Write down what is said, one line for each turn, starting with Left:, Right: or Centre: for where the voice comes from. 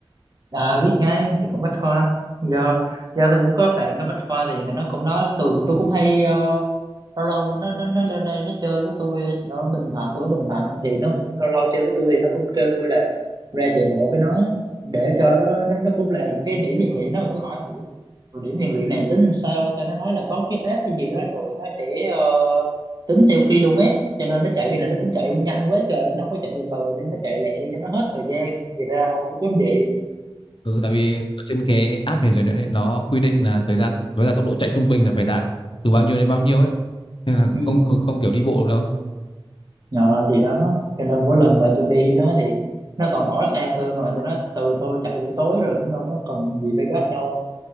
Right: à, biết ngay thì cũng bách khoa do do tôi cũng có bạn ở bách khoa thì nó cũng nói tường tôi cũng hay ờ, lâu lâu nó nó nó lên đây nó chơi với tôi ở, ở Bình Thạnh tôi ở Bình Thạnh thì nó cũng lâu lâu chơi với tôi thì nó cũng kêu tôi là ra chạy bộ với nó để cho nó nó, nó cũng làm cái điểm rèn luyện đó mà tôi hỏi "Ủa, rồi điểm rèn luyện này tính sao sao nó nói là có cái app hay gì đó rồi nó sẽ ờ, tính theo km cho nên nó chạy khi này nó cũng chạy nhanh quá trời luôn nó không có chạy từ từ để nó chạy lẹ cho nó hết thời gian thì ra ông cũng giống vậy
Left: ừ, tại vì ở trên cái app điểm rèn luyện ấy, nó quy định là thời gian với cả tốc độ chạy trung bình là phải đạt từ bao nhiêu đến bao nhiêu ấy nên là
Right: <laughs> ừ.
Left: không không không kiểu đi bộ được đâu
Right: Ờ, thì đó cho nên mỗi lần mà tôi đi với nó thì nó toàn bỏ xa tôi mà tôi nói từ thôi chạy buổi tối rồi cũng đâu có cần gì phải gấp đâu